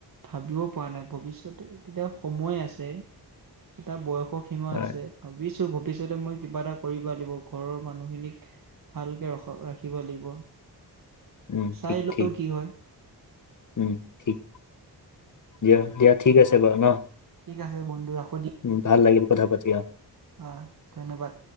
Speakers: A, on the right (about 50°); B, on the left (about 45°).
A: ভাবিবও পৰা নাই ভৱিষ্যতে তেতিয়া সময় আছে এটা বয়সক, সীমা
B: আহ,
A: আছে ভাবিছো ভৱিষ্যতে মই কিবা এটা কৰিব দিব ঘৰৰ মানুহখিনিক। ভালকে ৰখ ৰাখিব লাগিব।
B: উম
A: চাই
B: ঠিক
A: লও
B: ঠিক।
A: কি হয়
B: উম ঠিক দিয়া দিয়া ঠিক আছে বাৰু ন।
A: ঠিক আছে বন্ধু ৰখ
B: উ ভাল লাগিল কথা পাতি অ,
A: অ ধন্যবাদ।